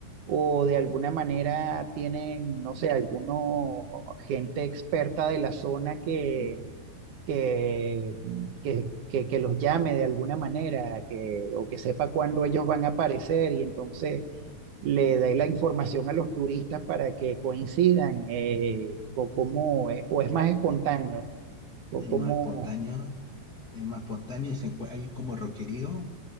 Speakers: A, on the right; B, on the left.
A: o de alguna manera tienen, no sé, alguno gente experta de la zona que,
B: mm,
A: que, que, que, que los llame de alguna manera, que, o que sepa cuándo ellos van a aparecer y entonces le
B: mm.
A: dé la información a los turistas para que coincidan, eh, o cómo, es- o es más espontáneo, o
B: Es
A: cómo,
B: más espontáneo, es más espontáneo y se encue- hay como roquerío,